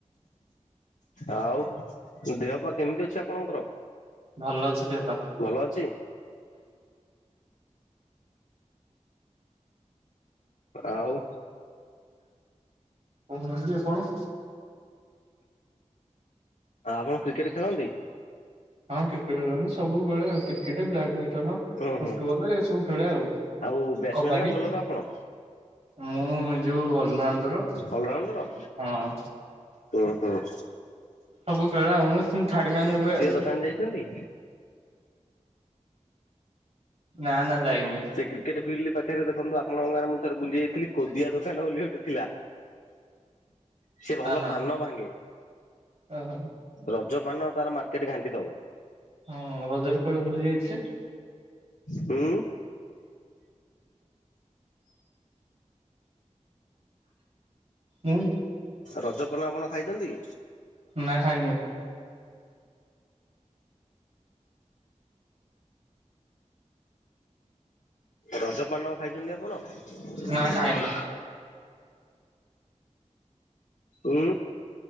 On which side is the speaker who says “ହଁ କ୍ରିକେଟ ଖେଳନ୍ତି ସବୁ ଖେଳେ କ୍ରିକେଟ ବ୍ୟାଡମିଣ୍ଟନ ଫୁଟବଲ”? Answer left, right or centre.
Right